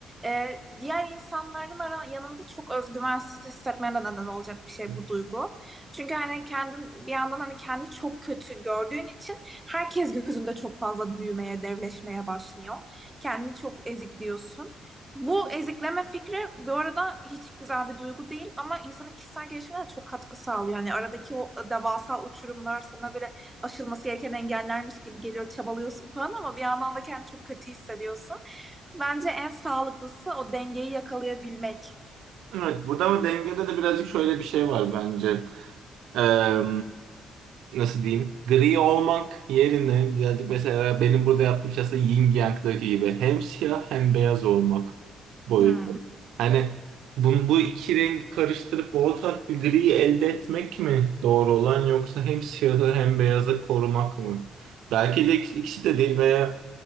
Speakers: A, on the right; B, on the right.
A: e, diğer insanların ara, yanında çok özgüvensiz hissetmene de neden olacak bir şey
B: <laughs>
A: bu duygu. Çünkü hani kendin bir yandan hani kendi çok kötü gördüğün için herkes gözünde çok fazla büyümeye, devleşmeye başlıyor. Kendini çok ezikliyorsun. Bu ezikleme fikri bu arada hiç güzel bir duygu değil ama insanın kişisel gelişimine de çok katkı sağlıyor. Yani aradaki o devasa uçurumlar sana böyle aşılması gereken engellermiş gibi geliyor, çabalıyorsun falan ama bir yandan da kendini çok kötü hissediyorsun. Bence en sağlıklısı o dengeyi yakalayabilmek.
B: Evet, burada ama dengede de birazcık şöyle bir şey var bence. Eee, nasıl diyeyim? Gri olmak yerine birazcık mesela benim burada yaptığım şey aslında yin yang'daki gibi. Hem siyah hem beyaz olmak boyutu.
A: Hmm.
B: Hani bu, bu iki rengi karıştırıp ortak bir griyi elde etmek mi doğru olan yoksa hem siyahı hem beyazı korumak mı? Belki de ik- ikisi de değil veya